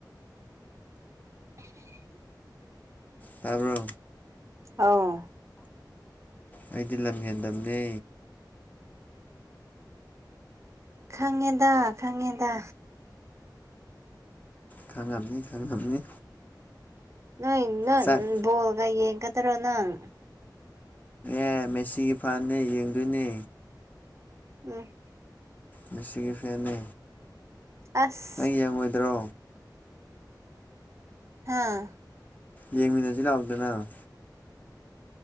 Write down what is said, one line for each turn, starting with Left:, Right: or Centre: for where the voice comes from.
Right: <inaudible>
Left: ꯇꯥꯕ꯭ꯔꯣ
Right: ꯑꯧ
Left: ꯑꯩꯗꯤ ꯂꯝꯍꯦꯟꯗꯞꯅꯦ
Right: ꯈꯪꯉꯦꯗꯥ ꯈꯪꯉꯦꯗꯥ
Left: ꯈꯪꯉꯝꯅꯤ ꯈꯪꯉꯝꯅꯤ
Right: ꯅꯣꯏ ꯡ <unintelligible>
Left: ꯆꯥꯛ
Right: ꯕꯣꯜꯒ ꯌꯦꯡꯒꯗ꯭ꯔꯣ ꯅꯪ
Left: ꯑꯦ ꯃꯦꯁꯤꯒꯤ ꯐꯥꯟꯅꯦ ꯌꯦꯡꯗꯣꯏꯅꯦ
Right: <unintelligible>
Left: ꯃꯦꯁꯤꯒꯤ ꯐꯦꯟꯅꯦ
Right: ꯑꯁ
Left: ꯑꯩ ꯌꯦꯡꯉꯣꯏꯗ꯭ꯔꯣ
Right: ꯍꯥꯥ
Left: ꯌꯦꯡꯃꯤꯟꯅꯖꯤ ꯂꯥꯎꯗꯅ